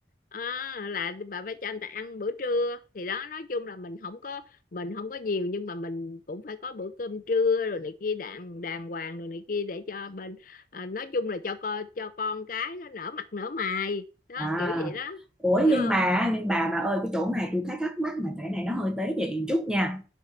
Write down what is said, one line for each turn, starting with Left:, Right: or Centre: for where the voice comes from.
Left: Ờ, là bà phải cho anh ta ăn bữa trưa thì đó nói chung là mình không có mình không có nhiều nhưng mà mình cũng phải có bữa cơm trưa rồi này kia đàng đàng hoàng rồi này kia để cho bên à, nói chung là cho con cho con cái nó nở mặt nở mày đó
Centre: À,
Left: kiểu vậy đó
Centre: ủa
Left: hiểu
Centre: nhưng
Left: không
Centre: mà nhưng bà bà ơi cái chỗ này tôi thấy thắc mắc mà cái này nó hơi tế nhị một chút nha.